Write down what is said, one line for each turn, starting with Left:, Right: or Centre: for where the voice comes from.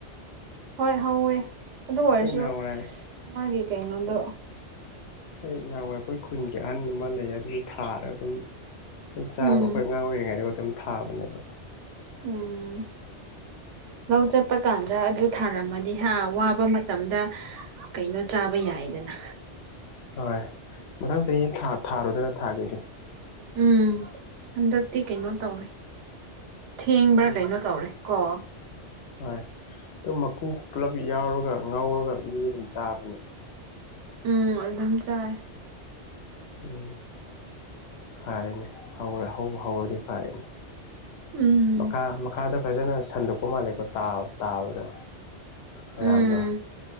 Right: ꯍꯣꯏ ꯍꯧꯋꯦ ꯑꯗꯨ ꯑꯣꯏꯔꯁꯨ
Left: ꯑꯩꯈꯣꯏ ꯅꯍꯥꯟꯋꯥꯏ
Right: ꯃꯥꯒꯤ ꯀꯩꯅꯣꯗꯣ
Left: ꯍꯣꯏ ꯅꯍꯥꯟꯋꯥꯏ ꯑꯩꯈꯣꯏ ꯈꯨꯟꯒꯤ ꯑꯍꯟ ꯑꯃ ꯂꯩ ꯑꯗꯨꯁꯨ ꯊꯥꯔꯒ ꯑꯗꯨꯝ ꯑꯗꯨꯝ ꯆꯥꯕ
Right: ꯎꯝ
Left: ꯑꯩꯈꯣꯏ ꯑꯉꯥꯡ ꯑꯣꯏꯔꯤꯉꯩꯗꯒ ꯑꯗꯨꯝ ꯊꯥꯕꯅꯦꯕ
Right: ꯎꯝ ꯂꯧ ꯆꯠꯄ ꯀꯥꯟꯗ ꯑꯗꯨ ꯊꯥꯔꯝꯃꯗꯤ ꯍꯥ ꯋꯥꯕ ꯃꯇꯝꯗ ꯀꯩꯅꯣ ꯆꯥꯕ ꯌꯥꯏꯗꯅ
Left: ꯍꯣꯏ ꯃꯊꯪ ꯆꯍꯤꯥ ꯊꯥꯔꯣꯗꯅ ꯊꯥꯒꯗꯤ
Right: ꯎꯝ ꯍꯟꯗꯛꯇꯤ ꯀꯩꯅꯣ ꯇꯧꯔꯦ ꯊꯦꯡꯕ꯭ꯔꯥ
Left: ꯎꯝ
Right: ꯀꯩꯅꯣ ꯇꯧꯔꯦ ꯀꯣ
Left: ꯍꯣꯏ ꯑꯗꯨꯝ ꯃꯀꯨ ꯄꯨꯂꯞ ꯌꯥꯎꯔꯒ ꯉꯧꯎꯔꯒ ꯃꯤ ꯑꯗꯨꯝ ꯆꯥꯕꯅꯦ
Right: ꯎꯝ ꯑꯗꯨꯝ ꯆꯥꯏ
Left: ꯎꯝ ꯐꯔꯦꯅꯦ ꯍꯧꯕꯨ ꯍꯧ ꯍꯧꯔꯗꯤ ꯐꯔꯦꯅꯦ
Right: ꯎꯝ
Left: ꯃꯈꯥ ꯃꯈꯥꯗ ꯐꯖꯅ ꯁꯟꯗꯣꯛꯄ ꯃꯥꯜꯂꯦꯀꯣ ꯇꯥꯕꯗꯣ ꯃꯌꯥꯝꯗꯣ
Right: ꯎꯝ